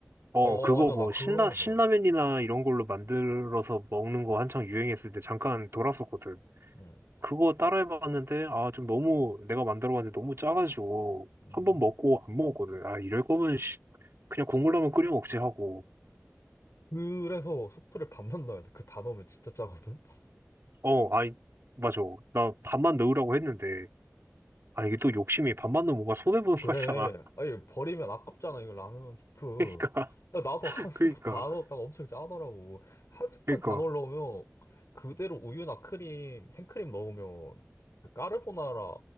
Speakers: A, on the right; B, on the left.
A: 어
B: 어,
A: 그거
B: 맞아.
A: 뭐
B: 나 그런
A: 신라
B: 거
A: 신라면이나
B: 좋아해.
A: 이런 걸로 만들어서 먹는 거 한창 유행했을 때 잠깐 돌았었거든.
B: 응.
A: 그거 따라해봤는데 아 좀 너무 내가 만들어봤는데 너무 짜가지고
B: 음,
A: 한 번 먹고 안 먹었거든. 아 이럴 거면 씨, 그냥 국물라면 끓여 먹지 하고
B: 그래서 수프를 반만 넣어야 돼. 그 다 넣으면 진짜 짜거든?
A: 어 아니 맞아 나 밥만 넣으라고 했는데 아 이게 또 욕심이 밥만 넣으면 뭔가 손해 보는 거
B: 그래.
A: 같잖아.
B: 아니, 버리면 아깝잖아, 이거 라면 스프.
A: <laughs> 그러니까
B: 나- 나도 <laughs> 한 스푼
A: 그러니까
B: 다 넣었다가 엄청 짜더라고. 한 스푼
A: 그러니까
B: 다 넣으려면 그대로 우유나 크림, 생크림 넣으면 그 까르보나라